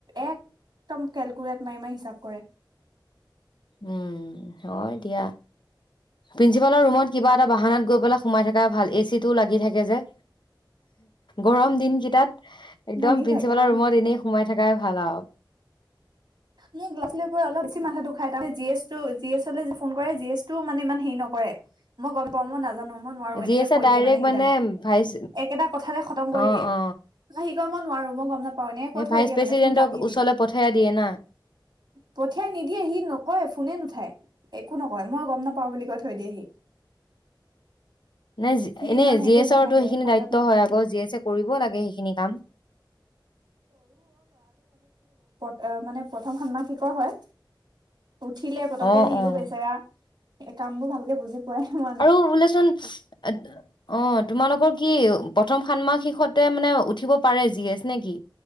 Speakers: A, on the right; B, on the left.
A: একদম কেলকুলেট মাৰি -মাৰি হিচাপ কৰে।
B: উম ', -হয় ', দিয়া প্ৰিন্সিপালৰ ৰুমত কিবা এটা বাহানত গৈ পেলাই সোমাই থকা ভাল এচি টোও লাগি থাকে যে', গৰম দিন কেইটাত একদম
A: লাগি
B: প্ৰিন্ঞ্চিপালৰ
A: থাকে বাৰু।
B: ৰুমত এনেই সোমাই থকাই ভাল আৰু,
A: ল'ৰা ছোৱালীবোৰে স্কুলত অলপ বেছি মাথাটো খাই মানে, যি এছ, জিএছলে যে ', ফোন কৰে জিএছটো মানে ইমান হেৰি নকৰে। মই গম পাওঁ মই নাজানো। মই নোৱাৰো এনেকে
B: জি এছে
A: কৈ
B: ডাইৰেক্ট
A: দিয়ে মানে সি', - তাই
B: ভাইচ
A: একেটা কথাতে খতম কৰি
B: অ
A: দিয়ে
B: অ
A: ন', কিয় মই নোৱাৰো মই গম নাপাওঁ, এনেকে কৈ
B: এই
A: থৈ
B: ভাইচ
A: দিয়ে
B: প্ৰেচিডেণ্টক
A: মানে ফোন কাটিয়ে দিয়ে।
B: ওচৰলৈ পঠিয়াই দিয়ে ন',
A: পঠিয়াই নিদিয়ে সি নকয়, ফোনে নুঠায়। একো নকয় মই গম নাপাওঁ, পাওঁ বুলি কৈ থৈ দিয়েহি,
B: নাই
A: সি
B: এনেই
A: ইমান হেৰি
B: জি
A: কৰি
B: এছৰতো
A: নাথাকে
B: সেইখিনি
A: পাত্তা
B: দায়িত্ব
A: দি নাথাকে
B: হয় আক, জি এছ কৰিব লাগে সেইখিনি কাম।
A: আহ মানে প্ৰথম ষন্মাসিকৰ হয়। উঠিলে পতকে
B: অ',
A: সিও
B: অ',
A: বেচেৰা, এ', কামবোৰ ভালকে বুজি, কোৱাই হোৱা নাই।
B: আৰু বোলেচোন অ ', তোমালোকৰ কি প্ৰথম, ষান মাহ শিষতে মানে উঠিব পাৰে জি -এচ নেকি?